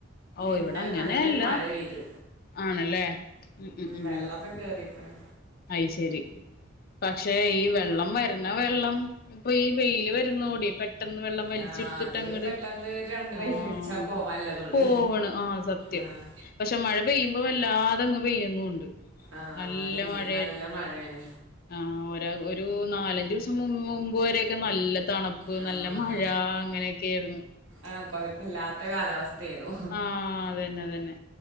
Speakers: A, on the left; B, on the right.
A: ഓ
B: ഇന്നലെ
A: ഇവിടെ അങ്ങനെയല്ല
B: നല്ലൊരു മഴ പെയ്ത്
A: ആണല്ലേ ഉം ഉം ഉം
B: വെള്ളൊക്കെ കേറിക്ക്ണ്
A: അയ്ശെരി പക്ഷെ ഈ വെള്ളം വരണെ വെള്ളം ഇപ്പൊ ഈ വെയില് വെരുന്നൂടി പെട്ടെന്ന് വെള്ളം വലിച്ചെടുത്തിട്ട്
B: ആഹ് അത്
A: അങ്ങട്
B: പെട്ടെന്ന് രണ്ട് വെയിലടിച്ചാ
A: ആഹ്.
B: പോവാല്ലതൊള്ള്
A: പോവ്ണ് ആഹ് സത്യം
B: ആഹ്
A: പഷെ മഴപെയ്യുമ്പോ വല്ലാതങ്ങ് പെയ്യന്നൂണ്ട്
B: ആഹ്
A: നല്ല
B: അത്ണ്ട്
A: മഴ-
B: നല്ല മഴ ആണ്
A: ആ ഒരാ ഒരു നാലഞ്ചൂസം സം മും മുമ്പ് വരെയൊക്കെ നല്ല തണുപ്പ്
B: ആഹ്
A: നല്ല മഴ അങ്ങനെയൊക്കെ ആയിരുന്ന്.
B: ആഹ് കൊയപ്പല്ലാത്തെ തേന്നു
A: ആഹ് അതെന്നെ അതെന്നെ